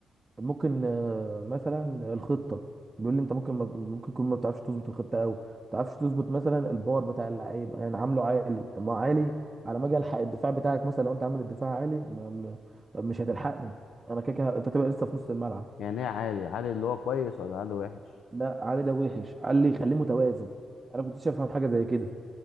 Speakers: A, on the right (about 30°); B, on the left (about 75°).
A: ممكن آه، مثلا الخطه بيقول لي انت ممكن ما... ممكن تكون ما بتعرفش تظبط الخطه قوي ما بتعرفش تظبط مثلا البار بتاع اللعيبه يعني عامله عالي طب ما هو عالي على ما اجي الحق الدفاع بتاعك مثلا لو انت عامل الدفاع عالي ما... ما... مش هتلحقني انا كده كده انت تبقى لسه في نص الملعب
B: يعني ايه عالي عالي اللي هو كويس ولا عالي وحش
A: لا علي ده وحش قال لي خليه متوازن انا كنتش افهم حاجه زي كده